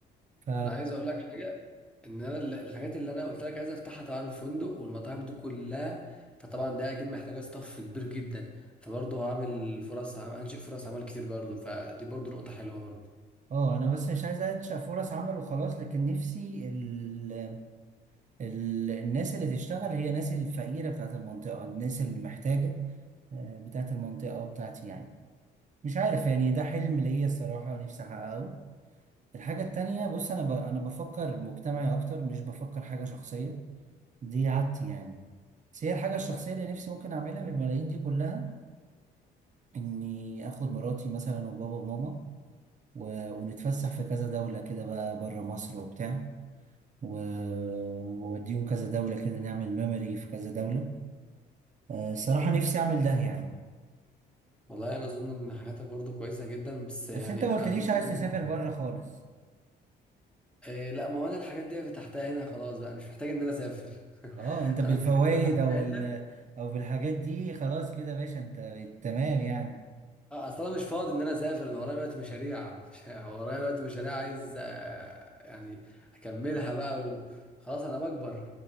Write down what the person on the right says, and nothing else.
ف
اه انا بس مش عايز انشأ فرص عمل وخلاص لكن نفسي ال... ال... الناس اللي تشتغل هي الناس الفقيرة بتاعت المنطقة الناس اللي محتاجة آه، بتاعت المنطقة بتاعتي يعني مش عارف يعني ده حلم ليا الصراحة نفسي أحققه الحاجة التانية بص أنا ب... أنا بفكر مجتمعي أكتر مش بفكر حاجة شخصية دي عادتي يعني بس هي الحاجة الشخصية اللي نفسي ممكن أعملها بالملايين دي كلها إني آخد مراتي مثلا وبابا وماما و... ونتفسح في كذا دولة كده بقى بره مصر وبتاع و... وأوديهم كذا دولة كده نعمل ميموري في كذا دولة آه، الصراحة نفسي أعمل ده يعني
بس أنت ما قلتليش
عايز
تسافر بره خالص
أه
أنت بالفوايد
أو ال...
أو بالحاجات دي خلاص كده يا باشا أنت تمام يعني